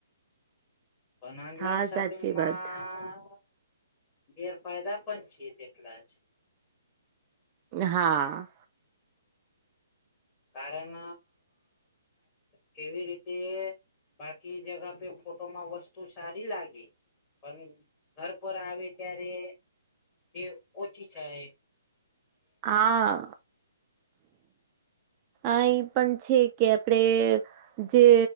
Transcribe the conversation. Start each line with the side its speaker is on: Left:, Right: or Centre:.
Left: પણ ઓનલાઈન
Right: હા
Left: શોપિંગમાં
Right: સાચી વાત
Left: ગેરફાયદા પણ છે તેટલા જ
Right: હા.
Left: કારણ કેવી રીતે બાકી જગ પે ફોટોમાં વસ્તુ સારી લાગી પણ ઘર પર આવે ત્યારે એ ઓછી છે એ
Right: આ એ પણ છે. કે આપણેે જે